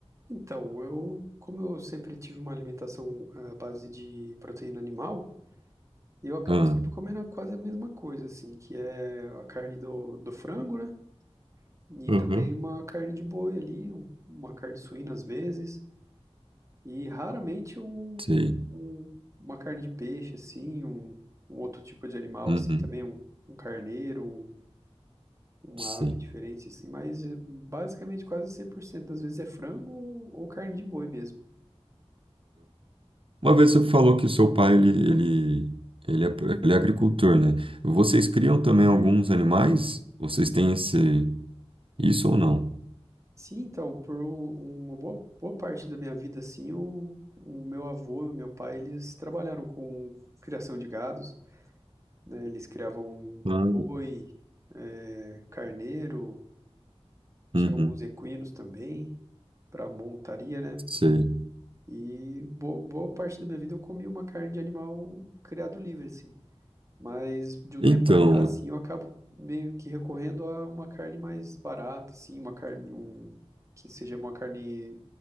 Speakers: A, on the right; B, on the right.
A: Então, eu, como eu sempre tive uma alimentação à base de proteína animal, eu acabo
B: Ah,
A: sempre comendo quase a mesma coisa, assim, que é a carne do, do frango, né? E
B: Uhum.
A: também uma carne de boi ali, um- uma carne suína às vezes. E raramente um,
B: sei.
A: um- uma carne de peixe, assim, um, um outro tipo de animal,
B: Uhum,
A: assim, também, um, um carneiro, um- uma
B: sei.
A: ave diferente, assim, mas eh, basicamente quase 100% das vezes é frango ou, ou carne de boi mesmo.
B: Uma vez você falou que o seu pai ele, ele, ele, é, ele é agricultor, né? Vocês criam também alguns animais? Vocês têm esse, isso ou não?
A: Sim, então, por um- uma boa, boa parte da minha vida, assim, o, o meu avô e o meu pai, eles trabalharam com criação de gados, né, eles criavam
B: Ah.
A: boi, eh, carneiro, tinha
B: Uhum,
A: alguns equinos também, para montaria, né?
B: sei.
A: E bo- boa parte da minha vida eu comi uma carne de animal criado livre, assim. Mas de um tempo
B: Então,
A: pra cá, assim, eu acabo meio que recorrendo a uma carne mais barata, assim, uma carne um, que seja uma carne